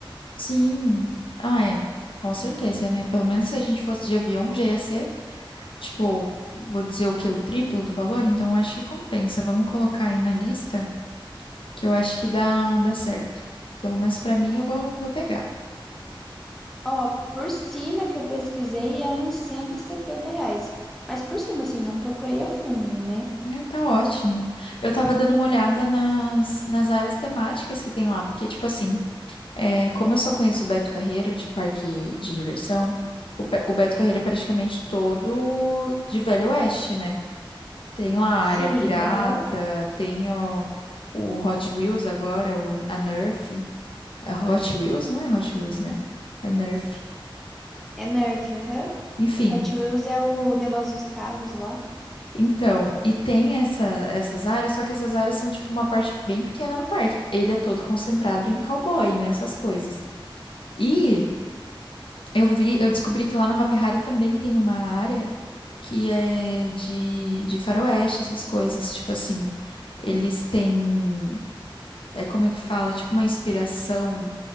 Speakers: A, on the left; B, in the centre.
A: Sim. Ah, é, com certeza, né? Pelo menos se a gente fosse de avião, já ia ser, tipo, vou dizer o quê? O triplo do valor? Então, eu acho que compensa. Vamos colocar aí na lista, que eu acho que dá, dá certo. Pelo menos pra mim, eu vou, vou pegar.
B: Ó, por cima que eu pesquisei é uns 170 reais. Mas por cima, assim, não procurei a fundo, né?
A: Ai, tá ótimo. Eu tava dando uma olhada nas, nas áreas temáticas que tem lá, porque, tipo assim, é, como eu só conheço o Beto Carreiro de parque de diversão, o, Pe- o Beto Carreiro é praticamente todo de Velho Oeste, né? Tem lá a
B: Sim,
A: área pirata,
B: aham.
A: tem o, o Hot Wheels agora, o, a Nerf. É Hot Wheels? Não é Hot Wheels, né? É Nerf.
B: É Nerf, aham.
A: Enfim,
B: Hot Wheels é o negócio dos carros lá.
A: então, e tem essa, essas áreas, só que essas áreas são tipo uma parte bem pequena do parque. Ele é todo concentrado em cowboy, né? Essas coisas. E eu vi, eu descobri que lá no Hop Hari também tem uma área que é de, de faroeste, essas coisas. Tipo assim, eles têm. é como é que fala, É tipo uma inspiração